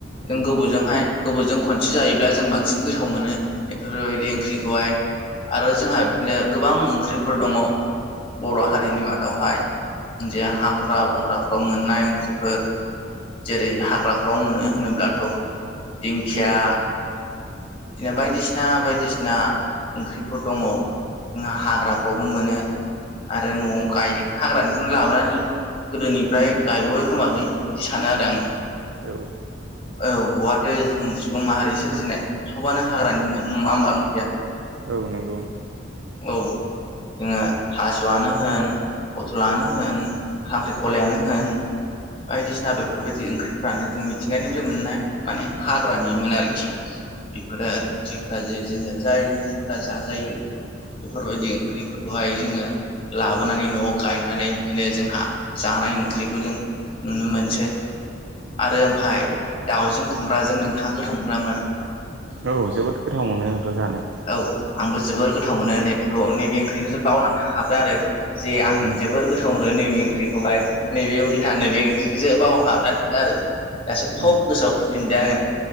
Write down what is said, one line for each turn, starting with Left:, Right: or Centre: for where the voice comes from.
Left: जों
Right: उम
Left: गोबावजोंहाय गोबोरजों खनसे जायोब्ला जों बांसिन गोथाव मोनो बेफोरबायदि ओंख्रिखौहाय आरो जोंहा
Right: औ
Left: बिदिनो गोबां ओंख्रिफोर दङ। बर' हारिनि मादावहाय जे हाग्रा बंग्राफ्राव मोननाय ओंख्रिफोर जेरै हाग्राफ्राव मोनो होनोब्लाथ' दिंखिया बिदिनो बायदिसिना बायदिसिना ओंख्रिफोर दङ जोंहा हाग्राफ्रावबो मोनो। आरो न'आव गायो हाग्रानिखौनो लाबोनानै गोदोनिफ्राय गायबावबाय खोमालै बिदि सानो आरो
Right: उम
Left: आं
Right: औ
Left: औ बहाथ' जों सुबुं माहारि सोरजिनाय सबानो हाग्रानिमोन नङा होनोमबा ओंख्रिया
Right: औ नंगौ।
Left: औ जोङो थास'आनो होन बथलानो होन, खांख्रिखलायानो होन बायदिसिना बेफोरबायदि ओंख्रिफ्रानो जों मिथिंगानिफ्राय मोननाय माने हाग्रानिमोन आरोखि बेफोरो आरो जिफोरा जोङो जाय ओंख्रिफ्रा जाजायो बेफोरबायदि ओंख्रिफोरखौहाय जोङो लाबोनानै न'आव गायनानै बिदिनो जों जानाय ओंख्रिखौ जों नुनो मोनसै आरो ओमफफ्राय दावजों खुमब्राजों नोंथाङा गोथाव मोनोना मोना?
Right: औ जोबोद गोथाव मोनो आंथ' जानो
Left: औ आंबो जोबोर गोथाव मोनो नैबेखौ नैबे ओंख्रिखौसो बावनानै हाबदों आरो जे आं
Right: उम
Left: जोबोर गोथाव मोनो नैबे ओंख्रिखौहाय नैबे उल्था नैबे ओंख्रिखौसो बावनो हाबनानै थाङो आरो दासो थब
Right: उम
Left: गोसोआव फैफिनदों आङो